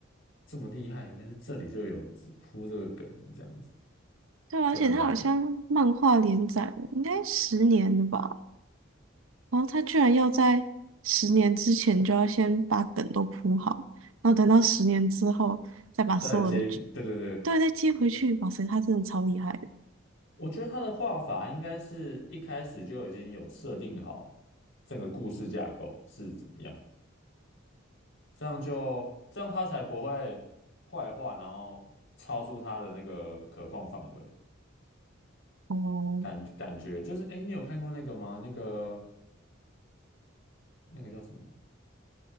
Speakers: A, on the left (about 65°); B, on the right (about 80°).
A: 这么厉害，原来是这里就有这铺这个梗的这样子，
B: 对啊而且他好像漫画连载了，
A: 就还蛮
B: 应该十年了吧？然后他居然要在十年之前就要先把梗都铺好，然后等到十年之后再把所有的剧，
A: 再来接，对对对，
B: 对，再接回去。哇塞，他真的超厉害的！
A: 我觉得他的画法应该是一开始就已经有设定好整个故事架构是怎么样。这样就这样它才不会坏话，然后超出它的那个可控范围。
B: 哦，
A: 感感觉就是，哎，你有看过那个吗？那个那个叫什么？